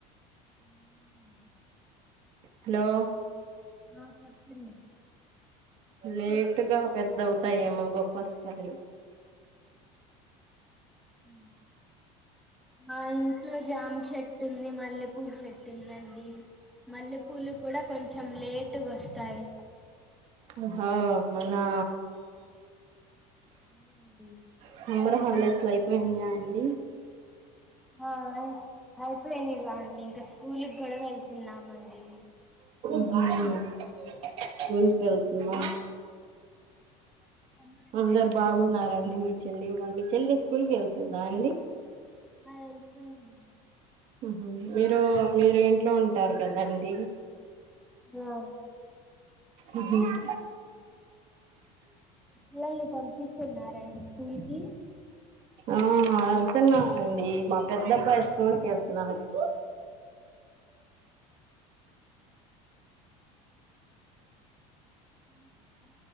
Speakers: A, in the centre; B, on the right (about 40°).
A: హ
B: హలో
A: ఆ చెప్పండి
B: లేటుగా పెద్దవుతాయేమో బొప్పాస్ కయలు
A: ఉ నా ఇంట్లో జామ చెట్టు ఉంది మల్లెపూల చెట్టు ఉందండి మల్లెపూలు కూడా కొంచెం లేటుగా వస్తాయి
B: ఓహో అవునా
A: ఊహూ
B: సమ్మర్ హాలిడేస్ లో అయిపోయినాయా అండి <inaudible>
A: ఆ అయిపోయిగా అండి ఇంకా స్కూల్కి కూడా వెళ్తున్నామండి
B: <unintelligible> స్కూల్ కి వెల్తుర్లా
A: సమ్మర్
B: అందరు
A: హాలిడేస్
B: బాగున్నారండి
A: కి
B: మీ చెల్లి <unintelligible> స్కూల్కి వెళ్తుందా అండి <inaudible>
A: ఆ వెళ్తుందండి
B: ఆహ మీరు మీరు ఇంట్లో ఉంటారు కదండి <inaudible>
A: ఆ
B: ఉ హు హు
A: మీ పిల్లల్ని పంపిస్తున్నారండి స్కూల్ కి
B: ఆ అవుతున్నానండి మా పెద్ద అబ్బాయి స్కూల్ కి ఎళ్తున్నాడు
A: అవ <inaudible>